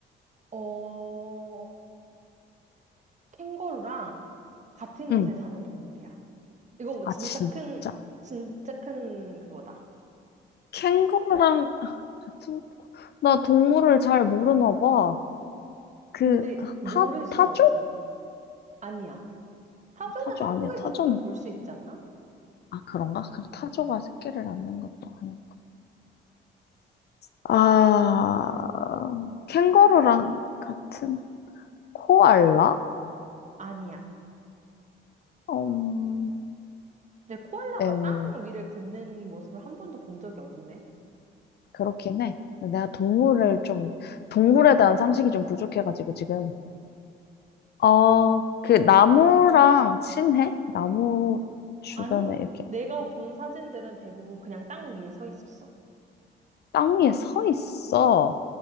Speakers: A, on the right; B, on the left.
A: 어, 캥거루랑 같은 곳에
B: 응.
A: 사는 동물이야. 이거 뭐
B: 아,
A: 진짜
B: 진짜.
A: 큰, 진짜 큰 그거다.
B: 캥거루랑 아, 같은, 나 동물을 잘 모르나 봐. 그,
A: 근데
B: 아,
A: 모를
B: 타,
A: 수가
B: 타조?
A: 없어, 이거. 아니야. 타조는
B: 타조
A: 한국에서도
B: 아니야. 타조는,
A: 좀 볼 수 있지 않나?
B: 아, 그런가? 그래, 타조가 새끼를 낳는 것도 아니야. 아, 캥거루랑 같은 코알라?
A: 아니야.
B: 음,
A: 내 코알라가
B: 음,
A: 땅 위를 걷는 모습을 한 번도 본 적이 없네.
B: 그렇긴 해. 내가 동물을 좀, 동물에 대한 상식이 좀 부족해가지고 지금. 어, 그 나무랑 친해? 나무 주변에
A: 아니,
B: 이렇게
A: 내가 본 사진들은 대부분 그냥 땅 위에 서 있었어.
B: 땅 위에 서 있어.